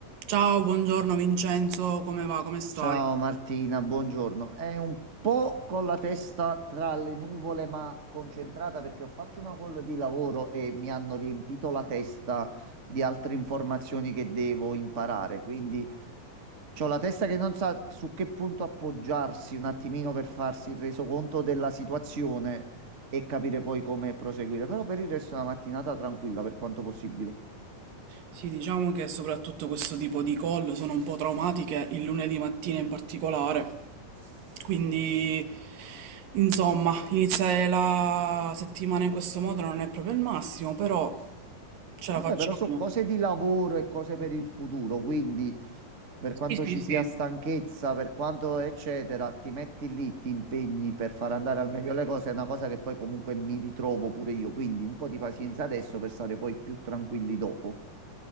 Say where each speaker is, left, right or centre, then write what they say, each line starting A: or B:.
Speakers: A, on the right; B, on the right.
A: Ciao, buongiorno Vincenzo, come va? Come stai?
B: Ciao Martina, buongiorno. È un po' con la testa tra le nuvole, ma concentrata perché ho fatto una call di lavoro e mi hanno riempito la testa di altre informazioni che devo imparare. Quindi ho la testa che non sa su che punto appoggiarsi un attimino per farsi il resoconto della situazione e capire poi come proseguire. Però per il resto è una mattinata tranquilla per quanto possibile.
A: Sì, diciamo che soprattutto questo tipo di call sono un po' traumatiche, il lunedì mattina in particolare. Quindi, insomma, iniziare la settimana in questo modo non è proprio il massimo, però ce
B: Vabbè,
A: la facciamo.
B: però sono cose di lavoro e cose per il futuro, quindi per quanto
A: Sì, sì,
B: ci
A: sì.
B: sia stanchezza, per quanto eccetera, ti metti lì, ti impegni per far andare al meglio le cose, è una cosa che poi comunque mi ritrovo pure io, quindi un po' di pazienza adesso per stare poi più tranquilli dopo.